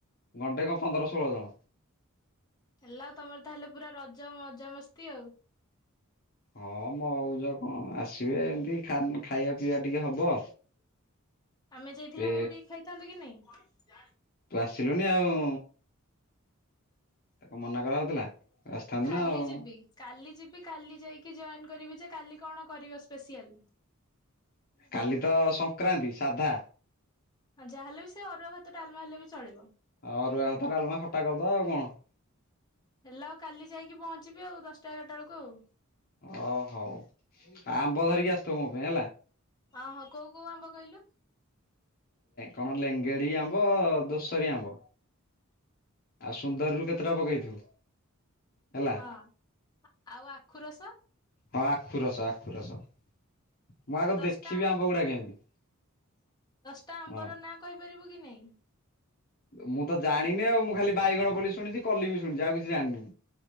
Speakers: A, on the left (about 45°); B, on the left (about 20°).
A: ଗଣ୍ଡେ କଣ ପନ୍ଦର ଷୋହଳ ଜଣ
B: ହେଲା ଆଉ ତମର ତାହେଲେ ପୁରା ରଜ ମୈଜ ମସ୍ତି ଆଉ।
A: ହଁ ମଉଜ କଣ ଆସିବେ ଏମତି ଖାନ୍ ଖାଇବା ପିଇବା ଟିକେ ହବ।
B: ଆମେ ଯାଇଥିଲେ
A: ସେ
B: ଆମେ ବି ଟିକେ ଖାଇଥାନ୍ତୁ କି ନାଇଁ?
A: ଆସିଲୁଣି ଆଉ। ତାକୁ ମନା କରାହଉଥିଲା ଆସିଥାନ୍ତୁ
B: କାଲି
A: ନା ଆଉ
B: ଯିବି କାଲି ଯିବି କାଲି ଯାଇକି ଜଏନ କରିବି ଯେ କାଲି କଣ କରିବ ସ୍ପେସିଆଲ୍
A: କାଲି ତ ସଂକ୍ରାନ୍ତି ସାଧା
B: ଆ ଯାହା ହେଲେ ବି ସେ ଅରୁଆ ଭାତ ଡାଲମା ହେଲେ ବି ଚଳିବ
A: ଅରୁଆ ହାତ ଡାଲମା ଖଟା କରିଦବା ଆଉ କଣ?
B: ହେଲା ଆଉ କାଲି ଯାଇକି ପହଞ୍ଚିବି ଆଉ ଦଶଟା ଏଗାରଟା ବେଳକୁ ଆଉ।
A: ଓ ହଉ ଆଉ ଆମ୍ବ ଧରିକି ଆସଥଵୁ ମୋ ପାଇଁ ହେଲା।
B: ହଁ ହଁ କୋଉ କୋଉ ଆମ୍ବ କହିଲୁ।
A: କଣ ଲେଙ୍ଗେଡି ଆମ୍ବ ଦୋଷରିୀ ଆମ୍ବ ଆଉ ସୁନ୍ଦରୀରୁୁ କେତେଟା ପକେଇଥିବୁ। ହେଲା
B: ହଁ ଆଉ ଆଖୁ ରସ
A: ହଁ ଆଖୁ ରସ ଆଖୁ ରସ ମୁଁ ଆଗ
B: ଆଉ ଦଶଟା
A: ଦେଖିବି ଆମ୍ବ ଗୁଡା କେମିତି
B: ତା ଆମ୍ବର
A: ହଁ
B: ନାଁ କହିପ କରିବୁ କି ନାଇଁ
A: ମୁଁ ତ ଜାଣିନି ଆଉ ମୁଁ ଖାଲି ବାଇଗଣ ବୋଲି ଶୁଣିଛି କଲି ବି ଶୁଣିଛି ଆଉ କିଛି ଜାଣିନି।